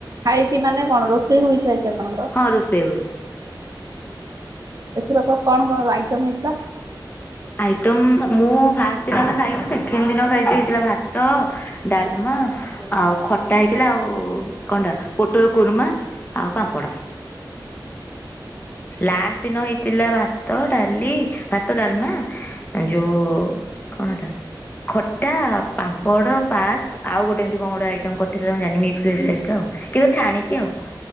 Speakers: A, on the right (about 45°); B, on the left (about 25°).
A: ଖାଇକି ମାନେ କଣ ରୋଷେଇ ହୋଇଥାଏ କି ଆପଣଙ୍କର?
B: ହଁ ରୋଷେଇ ହୁଏ।
A: ଏଥରକ କଣ କଣ ଆଇଟମ ହେଇଥିଲା?
B: ଆଇଟମ ମୁଁ ଫାଷ୍ଟ ଦିନ ଆମେ ଖାଇନୁ ସେକେଣ୍ଡ ଦିନ ଖାଇଛି ହେଇଥିଲା ଭାତ, ଡାଲମା ଆଉ ଖଟା ହେଇଥିଲା ଆଉ କଣ ଟା ପୋଟଳ କୁର୍ମା ଆଉ ପାମ୍ପଡ଼। ଲାଷ୍ଟ ଦିନ ହେଇଥିଲା ଭାତ, ଡାଲି, ଭାତ, ଡାଲମା ଯୋଉ କଣଏଟା ଖଟା, ପାମ୍ପଡ, ପାସ୍ ଆଉ ଗୋଟେ ଏମିତି କଣ ଗୋଟେ ଆଇଟମ୍ କରିଥିଲେ ଜାଣିନି ମିକ୍ସଭେଜଟାଇପ୍ ର ଆଉ କିନ୍ତୁ ଛାଣିକି ଆଉ।